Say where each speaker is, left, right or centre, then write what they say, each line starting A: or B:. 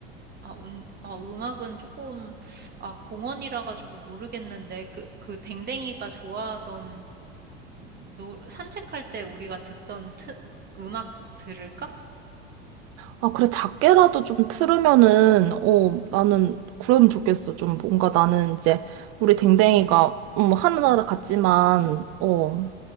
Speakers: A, on the right (about 30°); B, on the right (about 45°).
A: 아, 온, 아, 음악은 조금, 아, 공원이라 가지고 모르겠는데, 그, 그 댕댕이가 좋아하던, 노, 산책할 때 우리가 듣던 트, 음악 들을까?
B: 아, 그래, 작게라도 좀 틀으면은, 어, 나는 그러면 좋겠어. 좀 뭔가 나는 이제 우리 댕댕이가, 음, 하늘나라 같지만, 어,